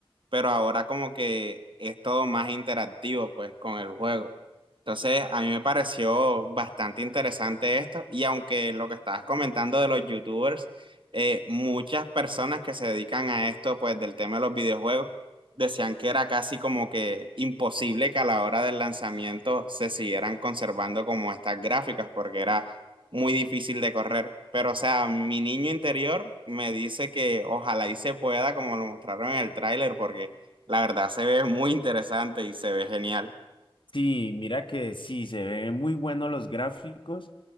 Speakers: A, on the right; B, on the left.
A: pero ahora como que es todo más interactivo pues con el juego. Entonces, a mí me pareció bastante interesante esto y aunque lo que estabas comentando de los youtubers, eh, muchas personas que se dedican a esto pues del tema de los videojuegos decían que era casi como que imposible que a la hora del lanzamiento se siguieran conservando como estas gráficas porque era muy difícil de correr. Pero, o sea, mi niño interior me dice que ojalá y se pueda, como lo mostraron en el tráiler, porque la verdad se ve muy interesante y se ve genial.
B: Sí, mira que sí, se ven muy buenos los gráficos,